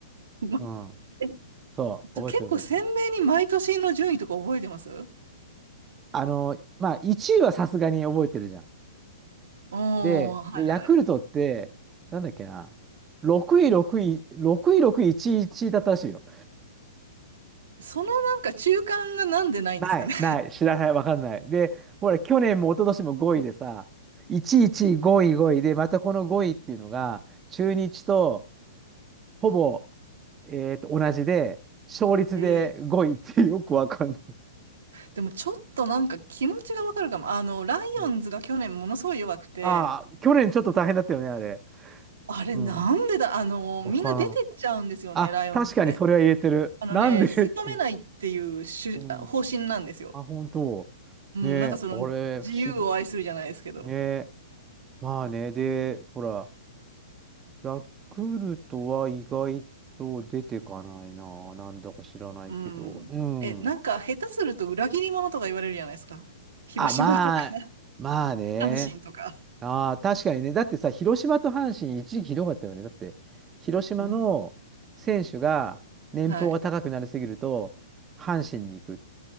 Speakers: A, on the right; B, on the right.
A: ま
B: うん。
A: え
B: そう、覚えてる覚えてる。
A: <laughs> 結構鮮明に毎年の順位とか覚えてます
B: あの、まあ、1位はさすがに覚えてるじゃん。
A: おー、
B: で、
A: はいはい。
B: でヤクルトって、なんだっけな、6位、6位、6位、6位、1位、1位だったらしいよ。
A: そのなんか中間がなんでないんですかね。
B: ない、ない、知らない、わかんない。で、ほら、去年も一昨年も5位でさ、1位、1位、5位、5位で、またこの5位っていうのが、中日とほぼ、えーと、同じで、勝率で5位ってよくわかんない。
A: <laughs> へでもちょっとなんか気持ちがわかるかも。あの、ライオンズが去年ものすごい弱くて、
B: うんああ、去年ちょっと大変だったよね、あれ。
A: あれなんでだ、
B: うん。
A: あの、
B: わからん。
A: みんな出てっちゃうんですよね、
B: あ、
A: ライオンズって。
B: 確かにそれは言えてる。
A: あのね、
B: なんでって。
A: 引き止めないっていう主方針なんですよ。
B: うんあ、本当。
A: うん、
B: ねえ、
A: なんかその自由を愛するじゃないですけど。
B: あれ、不思議。ねえ、まあね、で、ほら、ヤクルトは意外と出てかないな。なんだか知らないけど。
A: うん。
B: うん。
A: え、なんか下手すると裏切り者とか言われるじゃないですか。広島とか、
B: あ、まあ、まあね。
A: <laughs> 阪神とか。
B: ああ、確かにね。だってさ、広島と阪神、一時期ひどかったよね。だって、広島の選手が年俸が高くなりすぎると、
A: うん。はい。
B: 阪神に行く。